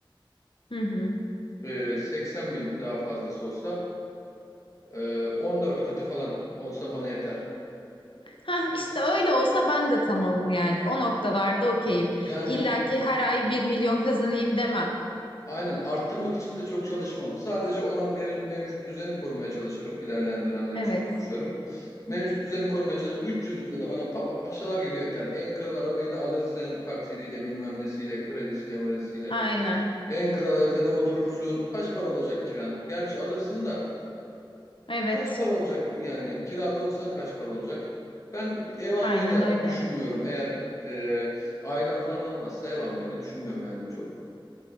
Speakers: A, on the left (about 70°); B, on the left (about 35°).
A: hı hı.
B: Ee, 80 bin daha fazlası olsa e, 14 katı falan olsa bana yeter.
A: Ha işte öyle olsa ben de tamamım yani o noktalarda okeyim.
B: Yani
A: İlla ki her ay bir milyon kazanayım demem.
B: Aynen arttırmak için de çok çalışmam. Sadece olan mev- mevcut düzeni korumaya çalışırım. İlerleyen dönemler
A: Evet.
B: için konuşuyorum. Mevcut düzeni korumaya çalışırım. 300 bin lira bana pa- paşalar gibi yeter. En kral arabayı da alırsın taksidiyle bilmem nesiyle kredisiyle mredisiyle.
A: Aynen.
B: En kral evde de oturursun. Kaç para olacak kiran? Gerçi alırsın da
A: Evet,
B: kaç para olacak yani kirada olsan kaç para olacak? Ben ev almayı
A: aynen
B: da
A: öyle.
B: düşünmüyorum. Eğer e, ailem falan almazsa ev almayı da düşünmüyorum yani çok.